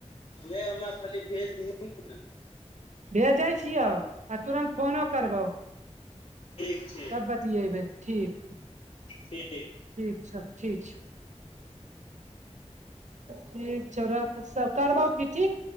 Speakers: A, on the left (about 55°); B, on the right (about 80°).
A: वह हमरा खाली भेज दहीक ने
B: भेजै छियौ आ तुरन्त फोनो करबौ।
A: ठीक। ठीक
B: तब बतियेबै ठीक
A: ठीक
B: ठीक छौ ठीक छौ। ठीक छौ राख करब फिर ठीक।